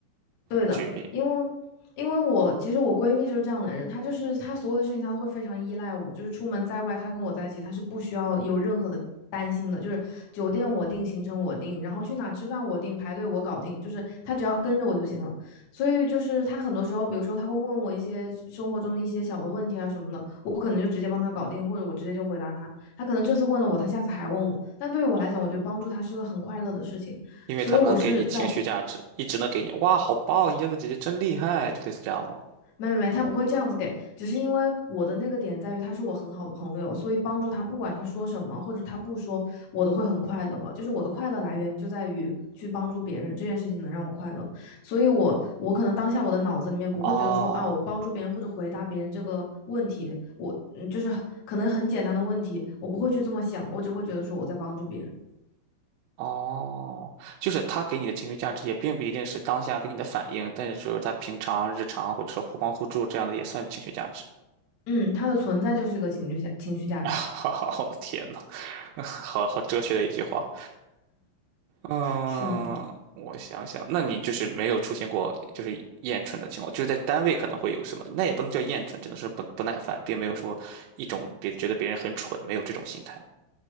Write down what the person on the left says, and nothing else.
对的，
因为因为我其实我闺蜜就是这样的人，她就是她所有的事情她都会非常依赖我，就是出门在外，她跟我在一起，她是不需要有任何的担心的，就是酒店我定，行程我定，然后去哪吃饭我定，排队我搞定，就是她只要跟着我就行了。所以就是她很多时候，比如说她会问我一些生活中的一些小的问题啊什么的，我不可能就直接帮她搞定，或者我直接就回答她。她可能这次问了我，她下次还问我，但对于我来讲，我觉得帮助她是个很快乐的事情。
所以我是在
没没没，他不会这样子给，只是因为我的那个点在于他是我很好的朋友，所以帮助他，不管他说什么或者他不说，我都会很快乐。就是我的快乐来源就在于去帮助别人这件事情能让我快乐，所以我我可能当下我的脑子里面不会觉得说啊，
我帮助别人或者回答别人这个问题，我嗯就是很可能很简单的问题，我不会去这么想，我只会觉得说我在帮助别人。
嗯，他的存在就是一个情绪价情绪价值，
是